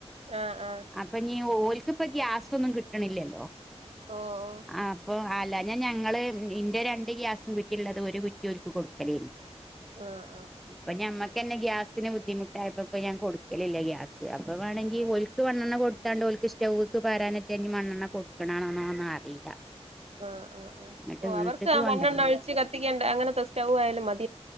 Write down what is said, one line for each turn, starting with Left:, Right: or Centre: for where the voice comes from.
Right: ആഹ് ആഹ്
Centre: അപ്പൊ ഞ്ഞി ഓൽക്ക്പ്പ ഗ്യാസൊന്നും കിട്ട്ണില്ലല്ലോ.
Right: ഓഹ്
Centre: ആഹ് അപ്പൊ ആ അല്ല ഞാ ഞങ്ങള് ഇന്റെ രണ്ട് ഗ്യാസും കുറ്റിയുള്ളത് ഒരു കുറ്റി ഓരുക്ക് കൊടുക്കലേന്നു
Right: ഓഹ് ആഹ്
Centre: ഇപ്പ ഞമ്മക്ക് ഞങ്ങക്ക് തന്നെ ഗ്യാസിന് ബുദ്ധിമു ട്ടായപ്പോയിപ്പോ ഞാൻ കൊടുക്കലില്ല ഗ്യാസ് അപ്പ വേമെങ്കിൽ ഓലക്ക്മണ്ണണ്ണ കൊടുത്താണ്ട- സ്റ്റൗവക്ക് വരാനോക്കെ മണ്ണെണ്ണ കൊടുക്കണോെന്നോ ഒന്നും അറിയില്ല
Right: ആഹ ആഹ് ആഹ്
Centre: എന്നിട്ട്
Right: ഓഹ്
Centre: വീട്ട്ക്ക്
Right: അവർക്ക് ആ
Centre: കൊണ്ടരലില്ല
Right: മണ്ണെണ്ണ ഒഴിച്ച് കത്തിക്കേണ്ട അങ്ങനത്തെ സ്റ്റവ് ആയാലും മതി